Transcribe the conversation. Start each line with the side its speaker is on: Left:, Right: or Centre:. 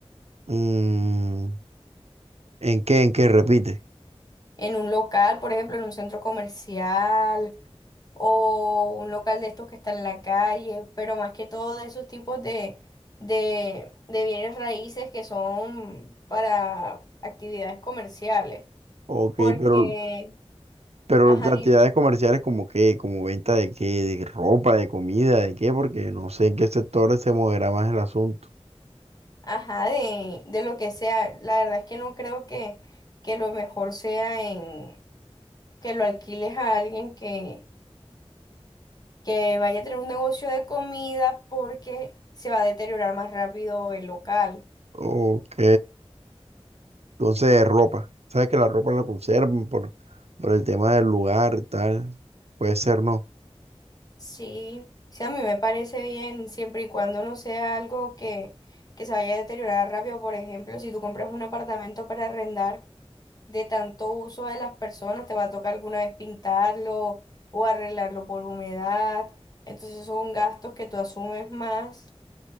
Right: Mm, ¿en qué? ¿En qué? Repite.
Left: En un local, por ejemplo, en un centro comercial. o un local de estos que está en la calle, pero más que todo de esos tipos de, de, de bienes raíces que son para actividades comerciales,
Right: Ok,
Left: porque,
Right: pero, pero
Left: ajá,
Right: las actividades
Left: dime,
Right: comerciales como qué, como venta de qué, de ropa, de comida, de qué, porque no sé en qué sectores se moverá más el asunto.
Left: ajá, de, de lo que sea, la verdad es que no creo que, que lo mejor sea en que lo alquiles a alguien que, que vaya a tener un negocio de comida porque se va a deteriorar más rápido el local.
Right: Ok, entonces ropa. Sabes que la ropa la conservan por, por el tema del lugar, y tal. Puede ser, ¿no?
Left: Sí, sí, a mí me parece bien siempre y cuando no sea algo que, que se vaya a deteriorar rápido. Por ejemplo, si tú compras un apartamento para arrendar, de tanto uso de las personas, te va a tocar alguna vez pintarlo o arreglarlo por humedad. Entonces son gastos que tú asumes más.